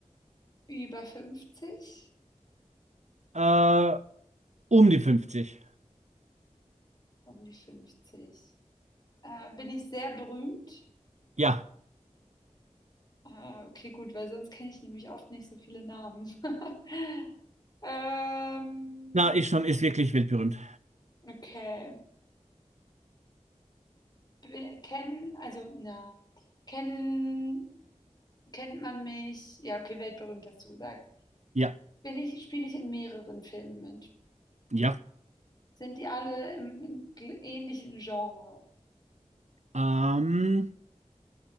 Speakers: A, on the left; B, on the right.
A: über 50?
B: Äh, Um die 50.
A: Um die fünfzig. Äh, bin ich sehr berühmt?
B: Ja,
A: Ah, okay, gut, weil sonst kenne ich nämlich oft nicht so viele Namen. <laughs> Ähm,
B: na, ist schon, ist wirklich weltberühmt.
A: okay. Be- Kennen, also, na, kennen, kennt man mich? Ja, okay, weltberühmt hast du gesagt.
B: Ja,
A: Bin ich, spiele ich in mehreren Filmen mit?
B: ja.
A: Sind die alle im im gl- ähnlichen Genre?
B: Ähm,